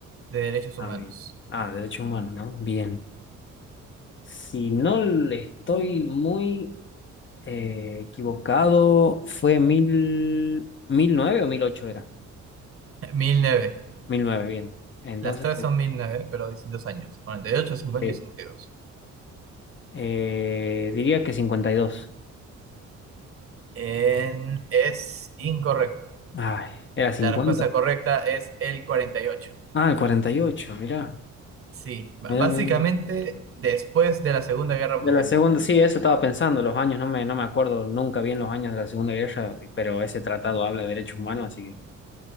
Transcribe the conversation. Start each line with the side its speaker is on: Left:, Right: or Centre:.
Right: de Derechos
Left: Ah,
Right: Humanos,
Left: bien. Ah, derechos humanos, ¿no? Bien. Si no le estoy muy eh, equivocado, fue mil, mil nueve o mil ocho era.
Right: <laughs> mil nueve
Left: Mil nueve, bien. Entonces,
Right: Las tres son 1009 pero distintos años, 48, cincuenta
Left: sí.
Right: y cincuenta y dos
Left: Eh, diría que cincuenta y dos
Right: En- es incorrecto.
Left: Ay, era cincuenta
Right: La respuesta correcta es el cuarenta y ocho
Left: Ah, el cuarenta y ocho mirá.
Right: Sí, b-
Left: Mirá,
Right: básicamente
Left: mirá, mirá.
Right: después de la Segunda Guerra
Left: De
Right: Mundial.
Left: la segunda, sí, eso estaba pensando, los años, no me, no me acuerdo nunca bien los años de la Segunda Guerra, pero ese tratado habla de derechos humanos, así que.